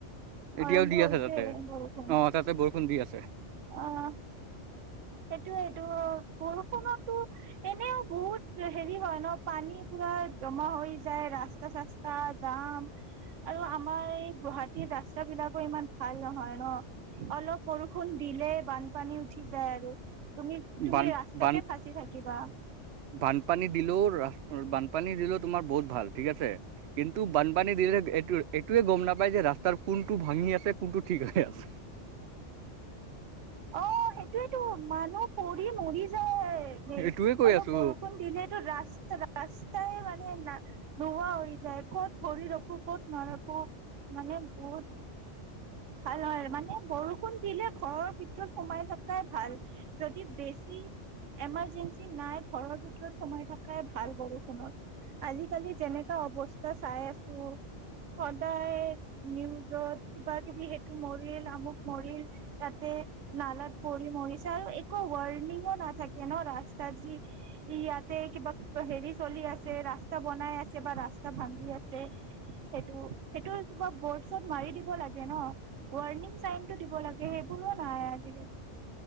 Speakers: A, on the right (about 65°); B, on the right (about 85°).
A: এতিয়াও
B: আৰম্ভ
A: দি
B: হৈছে
A: আছে তাতে
B: বৰষুণ
A: অ তাতে বৰষুণ দি আছে
B: আহ সেইটোয়েটো বৰষুণটো এনেও বহুত হেৰি হয় ন পানী পুৰা জমা হৈ যায় ৰাস্তা চাস্তা জাম আৰু আমাৰ এই গুৱাহাটীৰ ৰাস্তা বিলাকো ইমান ভাল নহয় ন অলপ বৰষুণ দিলে বানপানী উঠি যায় আৰু তুমি তুমি
A: বান
B: ৰাস্তাতে
A: বান
B: ফাঁচি থাকিবা।
A: বানপানী দিলেও ৰা বানপানী দিলেও তোমাৰ বহুত ভাল ঠিক আছে কিন্তু বানপানী দিলে এইটো এইটোৱে গম নাপায় যে ৰাস্তাৰ কোনটো ভাঙি আছে কোনটো ঠিক হৈ আছে
B: অ সেইটোয়েতো মানুহ পৰি মৰি যায় নেই
A: এইটোয়ে কৈ
B: অলপ
A: আছো
B: বৰষুণ দিলেটো ৰাস্তা ৰাস্তাই মানে ন নোৱা হৈ যায় ক'ত ভৰি ৰাখো ক'ত নাৰখো মানে বহুত ভাল হয় মানে বৰষুণ দিলে ঘৰৰ ভিতৰত সোমাই থকাই ভাল যদি বেছি এমাৰজেঞ্চি নাই ঘৰৰ ভিতৰত সোমাই থকাই ভাল বৰষুণত আজিকালি যেনেকা অৱস্থা চাই আছো সদায় নিউজত কিবা কিবি সেইটো মৰিল আমুক মৰিল তাতে নালত পৰি মৰিছে আৰু একো ৱাৰ্ণিংও নাথাকে ন ৰাস্তাত যি ইয়াতে কিবা হেৰি চলি আছে ৰাস্তা বনাই আছে বা ৰাস্তা ভাগি আছে সেইটো সেইটো কিবা বৰ্ডছত মাৰি দিব লাগে ন ৱাৰ্ণিং চাইন টো দিব লাগে সেইবোৰো নাই য